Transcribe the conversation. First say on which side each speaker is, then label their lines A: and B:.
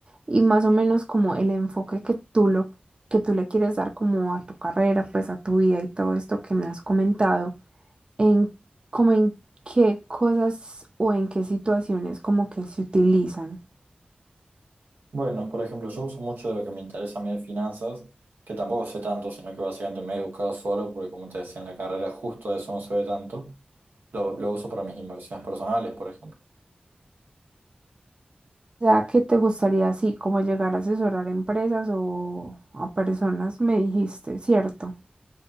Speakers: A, on the right; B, on the right.
A: Y más o menos como el enfoque que tú lo, que tú le quieres dar como a tu carrera, pues a tu vida y todo esto que me has comentado, en como en qué cosas o en qué situaciones como que se utilizan.
B: Bueno, por ejemplo, yo uso mucho de lo que me interesa a mí de finanzas, que tampoco sé tanto, sino que básicamente me he educado solo, porque como te decía en la carrera, justo de eso no se ve tanto. Lo, lo uso para mis inversiones personales, por ejemplo.
A: O sea, ¿qué te gustaría así como llegar a asesorar empresas o a personas? Me dijiste, ¿cierto?